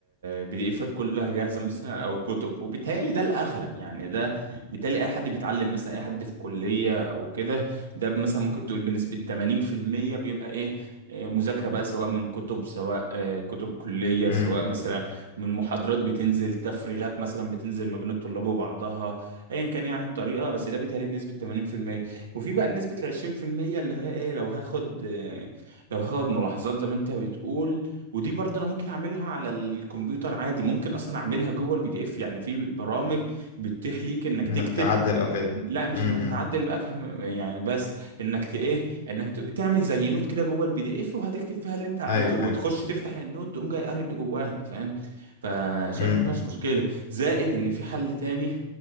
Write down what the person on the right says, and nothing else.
بي دي افات كلها جاهزه مثلا او كتب وبالتهيألي ده الاغلب يعني ده بالتالي اي حد بيتعلم مثلا اي حد في كليه او كده ده مثلا ممكن تقول بنسبه 80% بيبقى ايه آه، مذاكره بقى سواء من كتب سواء آه، كتب كليه
سواء
مثلا من محاضرات بتنزل تفريغات مثلا بتنزل ما بين الطلاب وبعضها ايا كان يعني الطريقه بس ده بيتهيألي بنسبه 80% وفي بقى نسبه ال 20% اللي هي ايه لو هاخد آه، لو هاخد ملاحظات زي ما انت بتقول ودي برضه انا ممكن اعملها على الكمبيوتر عادي ممكن اصلا اعملها جوه البي دي اف يعني في برامج بتتيح ليك انك
تكتب
لا مش
انك تعدل
بقى كم- يعني بس انك ت ايه انك ت- تعمل زي نوت كده جوه البي دي اف وهتكتب فيها اللي انت عايزه
وتخش
تفتح النوت تقوم جاي قاري اللي جواها فاهم فشايف
ما فيهاش
مشكله زائد ان في حل تاني